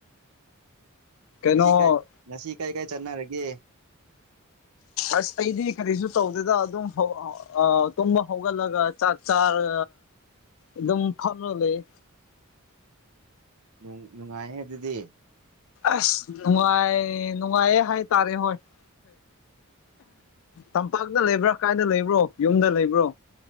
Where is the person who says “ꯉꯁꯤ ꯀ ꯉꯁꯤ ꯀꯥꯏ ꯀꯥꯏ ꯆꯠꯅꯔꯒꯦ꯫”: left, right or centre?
Right